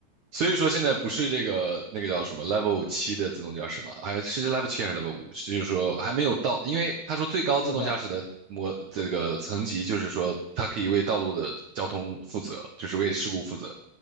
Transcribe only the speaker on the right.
所以说现在不是这个那个叫什么 Level 七的自动驾驶嘛，还是 Level 七还是 Level 五？就是说还没有到，因为他说最高自动驾驶的模这个层级，
就是说它可以为道路的交通负责，就是为事故负责。